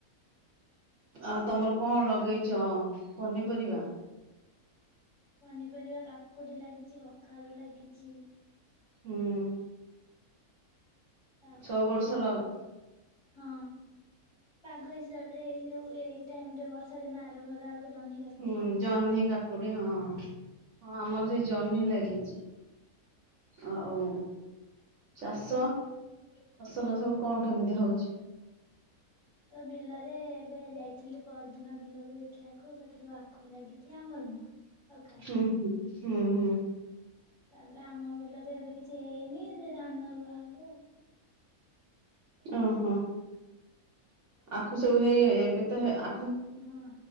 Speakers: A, on the right; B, on the left.
A: ଆଉ ତମର କଣ ଲଗେଇଛ ପନିପରିବା?
B: ପନିପରିବା କାକୁଡି ଲାଗିଛି କଖାରୁ ଲାଗିଛି।
A: ହୁଁ
B: ତାପରେ
A: ଛଅ ବର୍ଷ ଲଗ
B: ହଁ ପାଗ ହିସାବରେ ଏଇ ଯୋଉ ଏଇ ଟାଇମ ରେ ବର୍ଷା ଦିନ ଆରମ୍ଭ ହେଲା ବେଳକୁ ଜହ୍ନି କାକୁଡି
A: ହୁଁ ଜହ୍ନି କାକୁଡି ହଁ ହଁ ଆମର ସେଇ ଜହ୍ନି ଲାଗିଛି। ଆଉ ଚାଷ ଫସଲ ସବୁ କଣ କେମିତି ହଉଛି?
B: ତ ବିଲରେ ଏବେ ଯାଇଥିଲି ପରଦିନ ବିଲକୁ ଦେଖିବାକୁ ସେଠି ସବୁ ଆଖୁ ଲାଗିଛି ଆମର ନୁହଁ। ଆଉ କାହାର
A: ହୁଁ ହଁ ହୁଁ ହଁ।
B: ତାପରେ ଆମ ବିଲରେ ଏବେ କିଛି ହେଇନି ଧାନ ରୁଆହବ।
A: ଓହୋ ଆଖୁ ସବୁ ହେଇ ଏବେ ତ ହେ ଆ
B: ହଁ